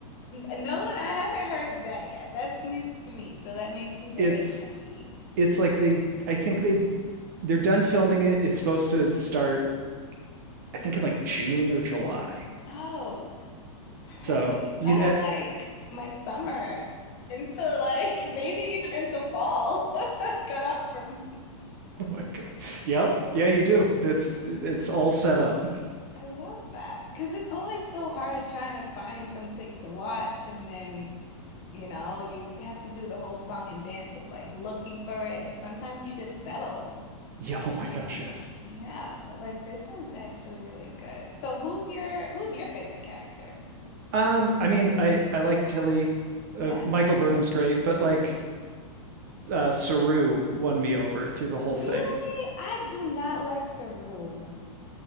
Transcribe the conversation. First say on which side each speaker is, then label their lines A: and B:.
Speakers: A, on the left (about 20°); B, on the right (about 30°).
A: N- No, I haven't heard that yet. That's news to me, so that makes me very
B: it's
A: happy.
B: it's like they I think they they're done filming it. It's supposed to start I think in like June or July.
A: Oh, perfect.
B: So you
A: I
B: that
A: have like my summer into like maybe even into fall <laughs> cut out for me.
B: <laughs> oh my god. Yep. Yeah, you do. That's it's all set up. <laughs>
A: I love that because it's always so hard trying to find something to watch and then You know, you have to do the whole song and dance of like looking for it, and sometimes you just settle.
B: Yeah, oh my gosh, yes.
A: Yeah, but like this one's actually really good. So who's your who's your favorite character?
B: Um I mean, I I like Tilly. Uh,
A: Yeah.
B: Michael Burnham's great, but like uh Saru won me over through the whole
A: Really?
B: thing.
A: I do not like Saru